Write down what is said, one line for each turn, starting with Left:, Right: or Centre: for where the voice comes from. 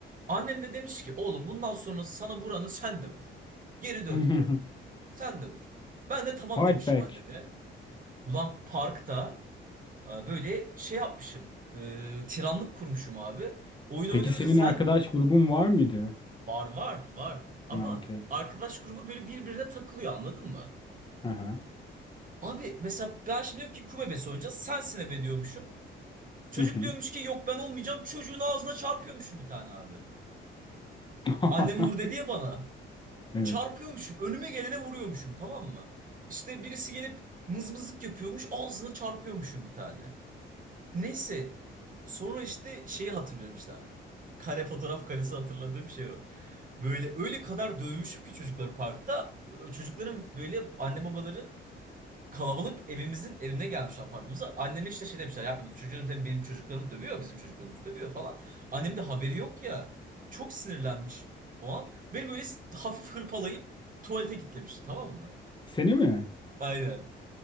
Right: Annem de demiş ki oğlum bundan sonra sana vuranı sen de vur. Geri dönme.
Left: <laughs>
Right: Sen de vur. Ben de tamam
Left: Fight
Right: demişim
Left: back.
Right: anneme. Ulan parkta ee, Böyle şey yapmışım. e, tiranlık kurmuşum abi. Oyun
Left: Peki
Right: oynuyoruz
Left: senin
Right: ya sen
Left: arkadaş grubun var mıydı?
Right: var var var. Ama
Left: Ha, okey.
Right: arkadaş grubu böyle birbirine takılıyor anladın mı?
Left: Hı hı.
Right: Abi mesela ben şimdi diyorum ki kumebes oynayacağız. Sensin ebe diyormuşum. Çocuk
Left: Hı hı.
Right: diyormuş ki yok ben olmayacağım. Çocuğun ağzına çarpıyormuşum bir tane abi.
Left: <laughs>
Right: Annem vur dedi ya bana.
Left: Evet.
Right: Çarpıyormuşum. Önüme gelene vuruyormuşum tamam mı? İşte birisi gelip mızmızlık yapıyormuş. Ağzına çarpıyormuşum bir tane. Neyse sonra işte şeyi hatırlıyorum işte. Kare fotoğraf karesi hatırladığım şey o. Böyle öyle kadar dövmüşüm ki çocukları parkta. Ö- Çocukların böyle anne babaları kalabalık evimizin evine gelmiş apartmanımıza. Anneme işte şey demişler ya çocuğum sen benim çocuklarım dövüyor bizim çocuklarımızı dövüyor falan. Annem de haberi yok ya. Çok sinirlenmiş o an. Beni böyle hafif hırpalayıp tuvalete kilitlemişti tamam mı?
Left: Seni mi?
Right: Aynen.